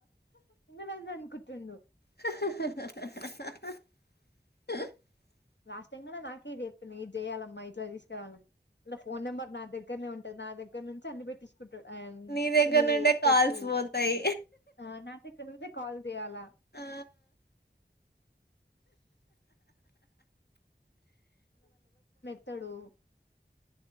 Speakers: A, on the left; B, on the left.
A: ఇన్నంద అనుకుంటుండు
B: హహహ హ
A: లాస్ట్టమ్ నాకే చెప్పింది ఇది చేయాలమ్మా ఇట్లా తీసుకురావాల అలా ఫోన్ నెంబర్ నా దగ్గరనే ఉంటది నా దగ్గర నుంచి అన్ని పెట్టిస్త
B: నీ దగ్గర
A: ఇది
B: నుండే కాల్స్
A: పెట్టు
B: పోతాయి
A: ఆ నా ఇక్కడి నుంచి కాల్ చేయాల
B: ఆ
A: ఏత్తడు